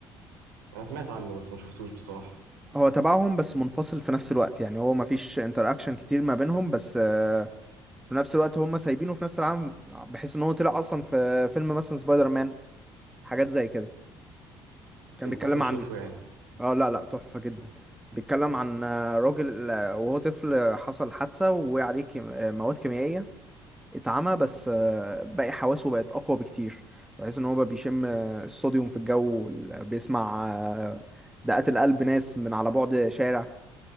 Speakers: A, on the right; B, in the centre.
A: انا سمعت عنه بس ما شفتوش بصراحة
B: هو تبعهم بس منفصل في نفس الوقت يعني هو مفيش انتراكشن كتير ما بينهم بس آه، في نفس الوقت هم سايبينه في نفس العالم بحيث ان هو طلع اصلا في فيلم مثلا سبايدر مان حاجات زي كده كان
A: تنصحني
B: بيتكلم
A: اشوفه
B: عن
A: يعني
B: اه لا لا تحفة جدا بيتكلم عن آه، راجل آه، وهو طفل آه، حصل حادثة ووقع عليه كيم- آه، مواد كيميائية اتعمى بس آه، باقي حواسه بقت أقوى بكتير بحيث إن هو بقى بيشم آه، الصوديوم في الجو وال- بيسمع آه، دقات القلب ناس من على بعد شارع